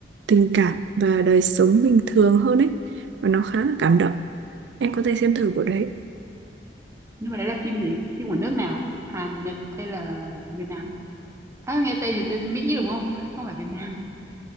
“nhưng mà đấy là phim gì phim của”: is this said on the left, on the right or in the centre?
Right